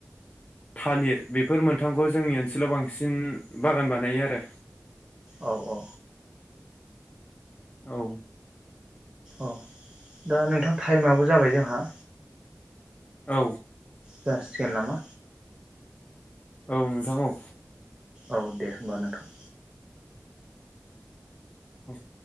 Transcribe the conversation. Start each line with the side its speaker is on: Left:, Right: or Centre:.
Left: थालिर बेफोर मोनथामखौ जोंनि ओनसोलाव बांसिन बागान बानायो आरो
Right: औ औ
Left: औ
Right: अ दा नोंथां टाइमाबबो जाबाय जोंहा
Left: औ
Right: जासिगोन नामा
Left: औ नोंथां औ
Right: औ दे होमबा नोंथां
Left: औ